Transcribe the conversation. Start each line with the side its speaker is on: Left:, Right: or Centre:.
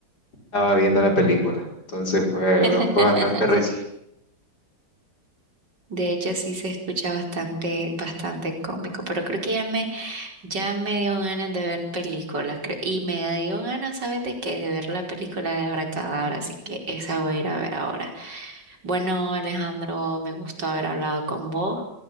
Left: estaba viendo la película. Entonces fue,
Right: <laughs>
Left: fue bastante risa.
Right: De hecho, sí se escucha bastante, bastante cómico, pero creo que ya me, ya me dio ganas de ver películas, creo, y me dio ganas, ¿sabes de qué? De ver la película de Abracadabra, así que esa voy a ir a ver ahora. Bueno, Alejandro, me gustó haber hablado con vos.